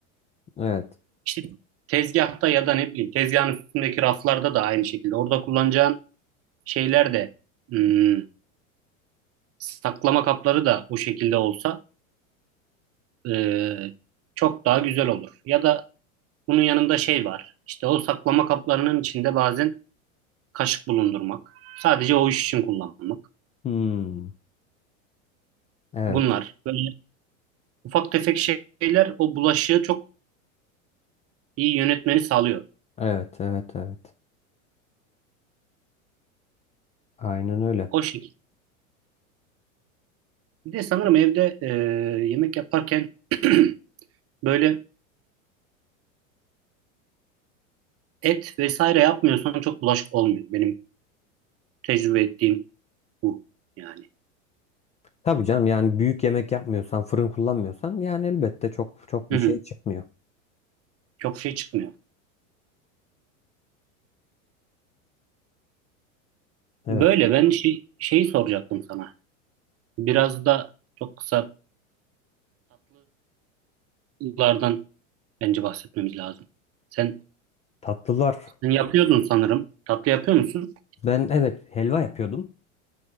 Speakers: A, on the left (about 15°); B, on the right (about 35°).
A: Evet.
B: İşte tezgahta ya da ne bileyim tezgahın üstündeki raflarda da aynı şekilde. Orada kullanacağın şeyler de hmm, saklama kapları da bu şekilde olsa e, çok daha güzel olur. Ya da bunun yanında şey var. İşte o saklama kaplarının içinde bazen kaşık bulundurmak. Sadece o iş için kullanmak.
A: Hmm. Evet.
B: Bunlar böyle ufak tefek şeyler o bulaşığı çok iyi yönetmeni sağlıyor.
A: Evet, evet, evet. Aynen öyle.
B: O şekilde. Bir de sanırım evde e, yemek yaparken <clears throat> böyle et vesaire yapmıyorsan çok bulaşık olmuyor. Benim tecrübe ettiğim bu yani.
A: Tabii canım yani büyük yemek yapmıyorsan, fırın kullanmıyorsan yani elbette çok çok
B: Hı
A: bir
B: hı.
A: şey çıkmıyor.
B: Çok şey çıkmıyor.
A: Evet.
B: Böyle ben şey, şeyi soracaktım sana. Biraz da çok kısa tatlılardan bence bahsetmemiz lazım. Sen,
A: Tatlılar.
B: sen yapıyordun sanırım. Tatlı yapıyor musun?
A: Ben evet helva yapıyordum.